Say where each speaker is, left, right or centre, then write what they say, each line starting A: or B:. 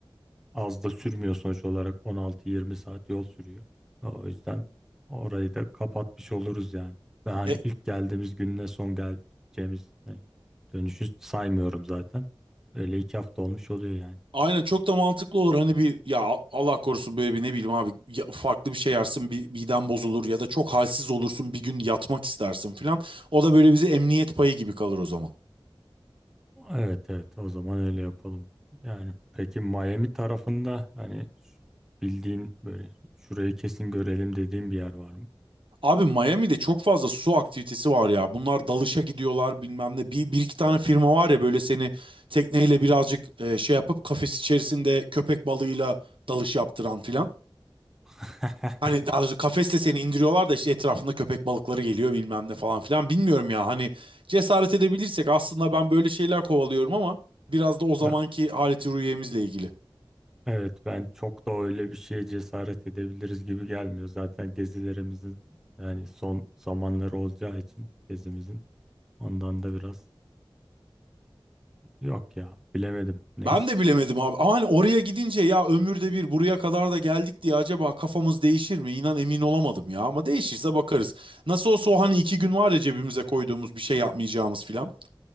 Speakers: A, in the centre; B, on the right.
A: Az da sürmüyor sonuç olarak 16-20 saat yol sürüyor. O yüzden orayı da kapatmış oluruz yani. Ve hani
B: Ya,
A: ilk geldiğimiz gününe son geleceğimiz hani dönüşü saymıyorum zaten. Öyle iki hafta olmuş oluyor yani.
B: aynen çok da mantıklı olur. Hani bir ya Allah korusun böyle bir ne bileyim abi ya farklı bir şey yersin bir miden bozulur ya da çok halsiz olursun bir gün yatmak istersin filan. O da böyle bize emniyet payı gibi kalır o zaman.
A: Evet evet o zaman öyle yapalım. Yani peki Miami tarafında hani bildiğin böyle şurayı kesin görelim dediğin bir yer var mı?
B: Abi Miami'de çok fazla su aktivitesi var ya. Bunlar dalışa gidiyorlar bilmem ne. Bir, bir iki tane firma var ya böyle seni tekneyle birazcık e, şey yapıp kafes içerisinde köpek balığıyla dalış yaptıran filan.
A: <laughs>
B: Hani daha doğrusu kafesle seni indiriyorlar da işte etrafında köpek balıkları geliyor bilmem ne falan filan. Bilmiyorum ya hani cesaret edebilirsek aslında ben böyle şeyler kovalıyorum ama biraz da o zamanki
A: Ben-
B: haleti ruhiyemizle ilgili.
A: Evet ben çok da öyle bir şeye cesaret edebiliriz gibi gelmiyor. Zaten gezilerimizin yani son zamanları olacağı için gezimizin ondan da biraz e, yok ya bilemedim. Neyse.
B: Ben de bilemedim abi. Ama hani oraya gidince ya ömürde bir buraya kadar da geldik diye acaba kafamız değişir mi? İnan emin olamadım ya ama değişirse bakarız. Nasıl olsa o hani iki gün var ya cebimize koyduğumuz bir şey yapmayacağımız filan.